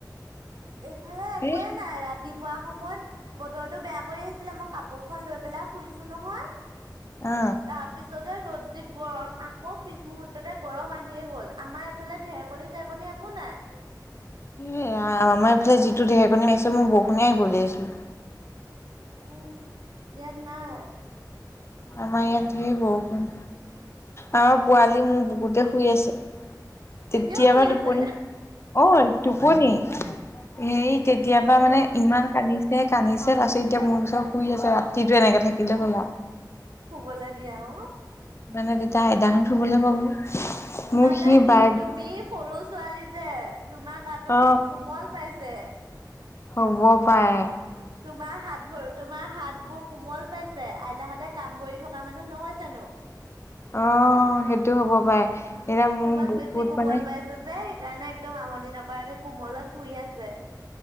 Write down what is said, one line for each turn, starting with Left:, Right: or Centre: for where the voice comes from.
Right: এইফালে একোৱে
Left: হে
Right: নাই ৰাতি। ৰাতিপুৱা সময়ত বতৰটো বেয়া কৰি আহিছিলে মই কাপোৰ খন লৈ পেলাই শুইছো নহয়।
Left: অ
Right: তাৰপিছতে ৰ'দ দি গৰম আকৌ পিছ মুূহুৰ্ততে গৰম আহিয়ে গ'ল আমাৰ এইফালে ঢেৰেকনী চেৰেকণনি একো নাই। <unintelligible>
Left: এ ৰাম এইফালে যিটো ঢেকনি আহিছে মই বৰষুণ আহিব ভাবিছিলো।
Right: উম ইয়াত নাই।
Left: আমাৰ ইয়াত ধেৰ বৰষুণ। আমাৰ পোৱালি মোৰ বুকুতে শুই আছে। তেতিয়া
Right: এতিয়াও শুই
Left: পা টোপনি
Right: আছে
Left: অ। টোপনি হে তেতিয়া পৰা
Right: অ
Left: মানে ইমান কান্দিছে। সেই কান্দিছে তাৰ পিছত এতিয়া মোৰ ওচৰত শুই আছে ৰাতি টো এনেকে থাকিলে
Right: শুব
Left: হ'ল আৰু
Right: শুবলে দিয়া অ
Left: মানে তেতিয়া আদাখন শুবলৈ পাব। মোক
Right: মানে
Left: সি
Right: কি
Left: বাই
Right: তুমি সৰু ছোৱালী যে তোমাৰ গাটো
Left: অ
Right: সি কোমল পাইছে। যে
Left: হ'ব পায়।
Right: তোমাৰ হাত ভৰি তোমাৰ হাত। বোৰ কোমল পাইছে আইতাক হতে কাম কৰি থকা মানুহ নহয় জানো।
Left: অ সেইটো হ'ব পাৰে
Right: অ
Left: এতিয়া মোৰ
Right: তোমাক
Left: বহুত
Right: বেছি কোমল
Left: মানে
Right: পাইছ যে। সেইকাৰণে একদম আমনি নকৰাকে কোমলত শুই আছে।